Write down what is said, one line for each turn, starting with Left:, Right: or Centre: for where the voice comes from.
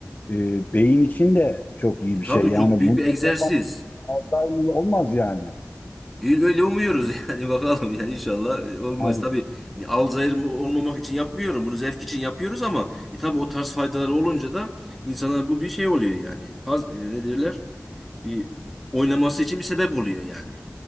Left: e, beyin için de çok iyi
Centre: E
Left: bir
Centre: tabii
Left: şey. Yani
Centre: çok büyük
Left: bunu
Centre: bir egzersiz.
Left: yapan Alzheimer olmaz yani.
Centre: Öyle umuyoruz yani <laughs> bakalım yani inşallah e, olmaz.
Left: Yani
Centre: Tabii e, alzheimer mı- olmamak için yapmıyorum. Bunu zevk için yapıyoruz ama e, tabii o tarz faydaları olunca da insana bu bir şey oluyor yani. Haz, e, ne derler? Bir oynaması için bir sebep oluyor yani.